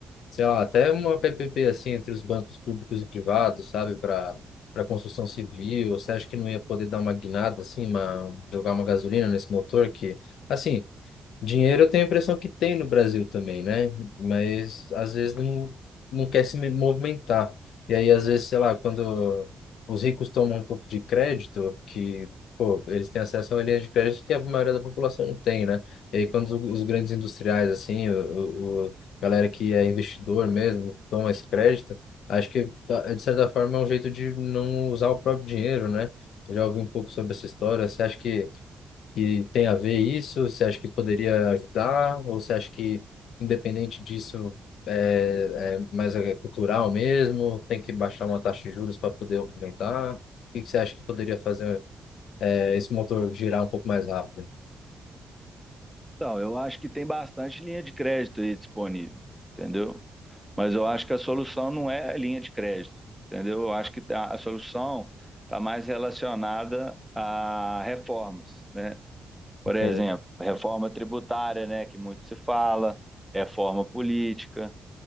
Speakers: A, on the left (about 85°); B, in the centre.
A: sei lá, até uma PPP assim entre os bancos públicos e privados, sabe, para para construção civil. Você acha que não ia poder dar uma guinada assim, uma, jogar uma gasolina nesse motor que, assim, Dinheiro eu tenho a impressão que tem no Brasil também, né? Mas às vezes não, não quer se me- movimentar. E aí, às vezes, sei lá, quando os ricos tomam um pouco de crédito, que, pô, eles têm acesso a uma linha de crédito que a maioria da população não tem, né? E aí, quando os os grandes industriais, assim, o, o, o galera que é investidor mesmo, toma esse crédito, acho que, tá, é, de certa forma, é um jeito de não usar o próprio dinheiro, né? Eu já ouvi um pouco sobre essa história. Você acha que que tem a ver isso? Você acha que poderia ajudar? Ou você acha que, independente disso, é, é mais é cultural mesmo? Tem que baixar uma taxa de juros para poder aumentar? O que que você acha que poderia fazer é, esse motor girar um pouco mais rápido?
B: Então, eu acho que tem bastante linha de crédito aí disponível, entendeu? Mas eu acho que a solução não é a linha de crédito, entendeu? Eu acho que a a solução está mais relacionada a reformas, né? Por
A: Entendo.
B: exemplo, reforma tributária, né, que muito se fala, reforma política,